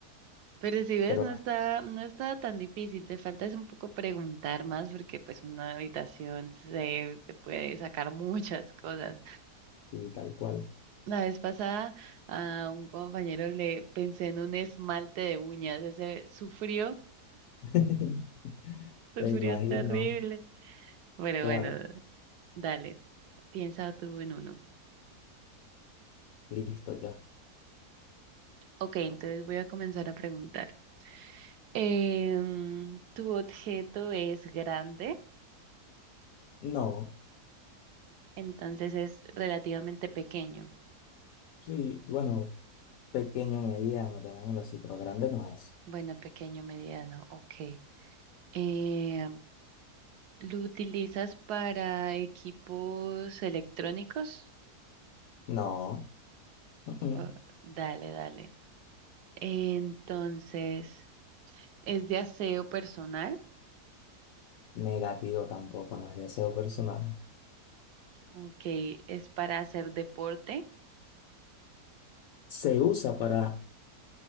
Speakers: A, on the right; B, on the left.
A: Pero si ves,
B: pero
A: no está, no está tan difícil. Te falta es un poco preguntar más porque pues una habitación se, se puede sacar <laughs> muchas cosas.
B: así, tal cual.
A: La vez pasada a un compañero le pensé en un esmalte de uñas. Ese sufrió,
B: <laughs>
A: sufrió
B: Me imagino.
A: terrible. Pero
B: Claro,
A: bueno, dale, piensa tú en uno.
B: listo ya.
A: Ok, entonces voy a comenzar a preguntar. Em, tu objeto es grande,
B: No,
A: entonces es relativamente pequeño.
B: sí, bueno, pequeño, mediano, llamémoslo así, pero grande no es.
A: Bueno, pequeño, mediano, ok. Em, ¿lo utilizas para equipos electrónicos?
B: No, mm, mm.
A: Oh, dale, dale. Entonces, ¿es de aseo personal?
B: Negativo tampoco, no es deseo personal.
A: Ok. ¿Es para hacer deporte?
B: Se usa para